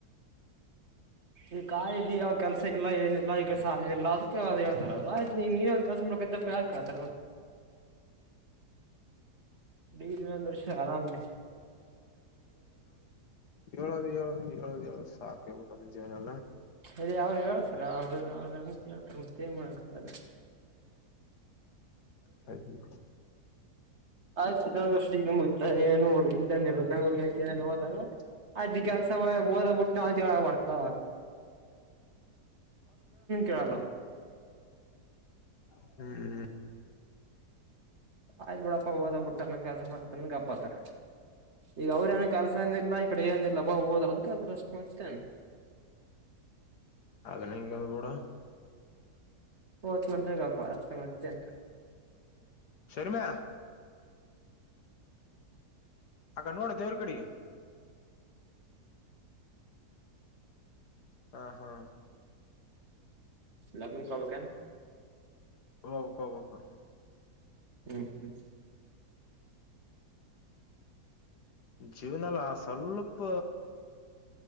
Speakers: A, on the right; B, on the left.
A: ಈ ಕಾಯಿದ ಕೆಲಸ ಇಲ್ಲ ಏನಿಲ್ಲ ಈಗ ಸಾಲ ಇಿಲ್ಲ ಅದಕ್ಕೆ ಒಂದ ಹೇತಾರ ಅವ್ ನೀ ನೀನು ಒಂದ್ ಕೆಲಸ ಮಾಡ್ಕಪ್ಪ ಯಾಕೆ ಕಥೌದು ಡರಿಿನರ್ಷ ಆರಾಮ್ದ
B: ಹೇಳಏಳ ್ ಸಾಕೇಬಿಟ್ಟದ ಜವನಲ್ಲ
A: ಅೇ ಅವ್ರು ಹೇಳ್ತಾರ ಅವ್ರು ಅವ ಹೇಳ್ತಾರ ಮತ್ತೆ ಮಾಡತ
B: ಹಾಗದು
A: ಆ್ ಚ್ತ ಏನು ನೋಡು ಇಲ್ಲ ನಿರ್ದ ಹುಗ ಇಲ್ಲ ಏ ಹೋದಾಗ ಅ್ ಕಾಲ ಸಮಯ ಹೋದ ಬಿಟ್ಟು ನಾವಂತೇಳ ಆಬಾರತಲ್ಲ ಕೇಳಲ್ಲ ಅವ್ರು
B: ಹ ಹ್ಮ್
A: ಆಯ್ತ್ು ಬಿಡಪ್ಪಾ ಹೋದ ಬ ಬಿಟ್ಟನ ಕೆಲಸ ಮಾಡ್ಕತಂದ ಗಪ್ಾತ್ತಾರ ಈಗ ಅವ್ರ ಏನೋ ಕೆಲಸ ಅಂದಿಲ್ಲ ಈ ಕಡೆ ಏನಿಲ್ಲಾ ಬಾ ಓದಾರ ಅಂತ ಎಲ್ಲ ಅಷ್ಟು ಮಾಡ್ತೇನೆ
B: ಹಾಗದುನ ಕಲ್ಬಡ
A: ತ್ ಮಂತ್ ಗಪಾರ ಮತ್ತೆ
B: ಶರ್ಮ್ಯಾ ಅ ಕ ನೋಡ ದೇವರ್ ಕಡೆ ಹಾ ಹಾ
A: ಲಗ್ನ್ ಕಬೇಕನ್
B: ಹಕಬಬೇಕ
A: ಹ್ಮ್ ಹ್ಮ್.
B: ಜೀವನಲಾ ಸ್ವಲ್ಪ.